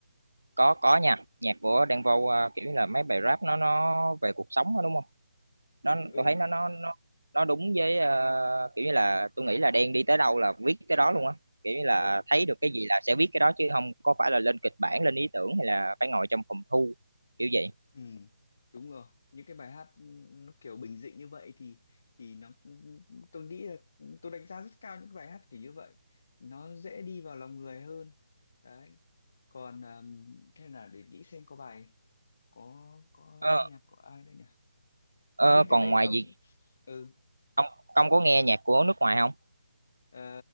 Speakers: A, on the right; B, on the left.
A: có có nha nhạc của Đen Vâu à, kiểu như là mấy bài rap nó nó về cuộc sống đó, đúng không nó
B: ừ
A: tôi thấy nó nó nó nó đúng với ờ, kiểu như là tôi nghĩ là Đen đi tới đâu là viết tới đó luôn á kiểu như là
B: ừ
A: thấy được cái gì là sẽ viết cái đó chứ không có phải là lên kịch bản lên ý tưởng hay là phải ngồi trong phòng thu kiểu vậy
B: Ừ, đúng rồi. Những cái bài hát ừ, nó kiểu bình dị như vậy thì thì nó ừ, ừ, tôi nghĩ là ừ, tôi đánh giá rất cao những bài hát kiểu như vậy. Nó dễ đi vào lòng người hơn. Đấy. Còn um, thế là để nghĩ xem có bài có có
A: ờ,
B: nhạc của ai đây nhỉ?
A: ờ,
B: Bên cạnh
A: còn
B: đấy
A: ngoài
B: ông
A: việc
B: ừ
A: ông ông có nghe nhạc của nước ngoài không
B: Ờ,